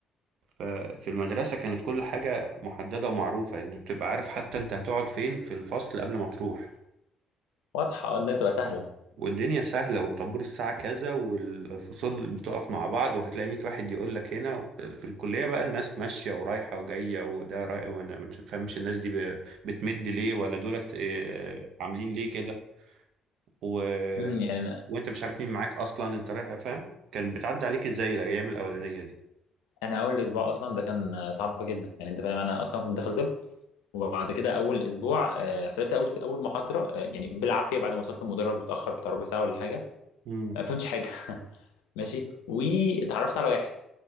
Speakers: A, on the right (about 60°); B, on the left (about 70°).
A: ففي المدرسة كانت كل حاجة محددة ومعروفة يعني بتبقى عارف حتى انت هتقعد فين في الفصل قبل ما تروح
B: واضحه اه ده بتبقى سهله
A: والدنيا سهلة والطابور الساعة كذا والفصول بتقف مع بعض وهتلاقي 100 واحد يقول لك هنا في الكلية بقى الناس ماشية ورايحة وجاية وده رايح وانا ما تفهمش الناس دي ب- بتمد ليه ولا دولت آه، عاملين ليه كده و...
B: امم يعني انا
A: وانت مش عارف مين معاك اصلا انت رايح فاهم كان بتعدي عليك ازاي الايام الاولانية دي
B: انا اول اسبوع اصلا ده كان آه، صعب جدا يعني انت فاهم انا اصلا كنت داخل طب وبعد كده اول اسبوع آه، حضرت اول اول محاضره آه، يعني بالعافيه بعد ما وصلت المدرج متاخر بتاع ربع ساعه ولا حاجه
A: امم
B: آه، ما فهمتش حاجه <laughs> ماشي واتعرفت على واحد